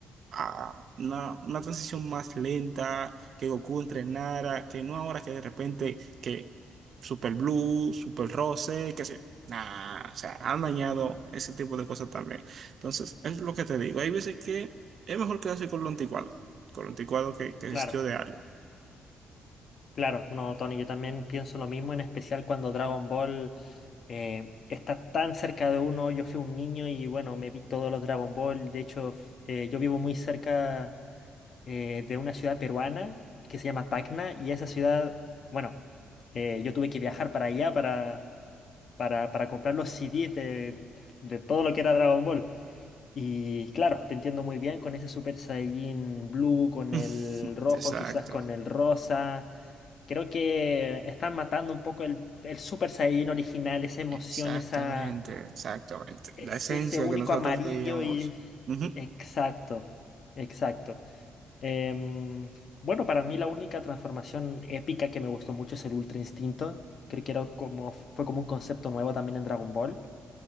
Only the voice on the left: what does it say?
Claro,
claro, no, Tony, yo también pienso lo mismo, en especial cuando Dragon Ball eh, está tan cerca de uno. Yo fui un niño y bueno, me vi todos los Dragon Ball. De hecho, f- eh, yo vivo muy cerca eh, de una ciudad peruana que se llama Tacna y esa ciudad, bueno, eh, yo tuve que viajar para allá para, para, para comprar los CDs de, de todo lo que era Dragon Ball. Y claro, te entiendo muy bien con ese Super Saiyan Blue, con
el rojo,
quizás con el rosa. Creo que están matando un poco el, el Super Saiyan original, esa emoción,
esa,
ese,
ese único
amarillo
y...
Exacto, exacto. Em, bueno, para mí la única transformación épica que me gustó mucho es el Ultra Instinto. Creo que era como, fue como un concepto nuevo también en Dragon Ball.